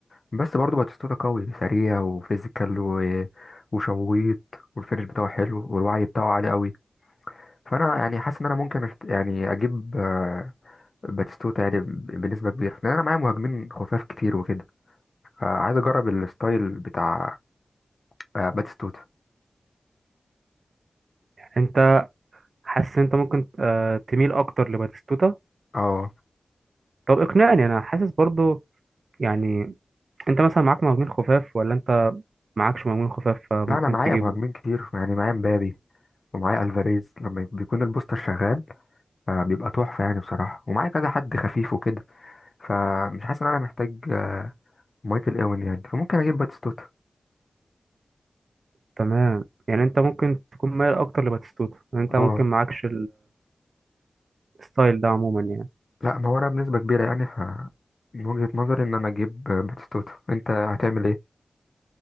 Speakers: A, on the left; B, on the right.
A: بس برضه باتيستوتا قوي سريع وفيزيكال و... وشويط والفينش بتاعه حلو والوعي بتاعه عالي قوي فانا يعني حاسس ان انا ممكن أشت... يعني اجيب آه، باتيستوتا يعني ب- بنسبة كبيرة لان انا معايا مهاجمين خفاف كتير وكده فعايز اجرب الستايل بتاع آه، باتيستوتا
B: انت حاسس انت ممكن آه، تميل اكتر لباتيستوتا
A: اه
B: طب اقنعني انا حاسس برضو يعني انت مثلا معاك مهاجمين خفاف ولا انت معاكش مهاجمين خفاف فممكن
A: لا انا معايا
B: تجيبه
A: مهاجمين كتير يعني معايا مبابي ومعايا الفاريز لما بيكون البوستر شغال آه، بيبقى تحفه يعني بصراحه ومعايا كذا حد خفيف وكده فمش حاسس ان انا محتاج آه، مايكل اوين يعني فممكن اجيب باتيستوتا
B: تمام يعني انت ممكن تكون مايل اكتر لباتيستوتا يعني انت
A: اه
B: ممكن معاكش الستايل ده عموما يعني
A: لا ما هو انا بنسبه كبيره يعني ف من وجهه نظري ان انا اجيب آه، باتيستوتا انت هتعمل ايه